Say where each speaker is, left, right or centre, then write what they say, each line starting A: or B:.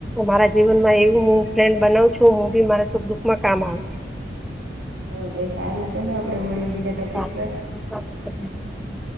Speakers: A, in the centre; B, on the right.
A: મારા જીવન માં એવું હું, ફ્રેન્ડ બનાવ છું હું બી મારા સુખ દુઃખમાં કામ આવ,
B: ઓકે સારું ચાલ આપડે મળીએ બીજા ટોપિક
A: સારું
B: પર,
A: સારું, જય શ્રી કૃષ્ણ.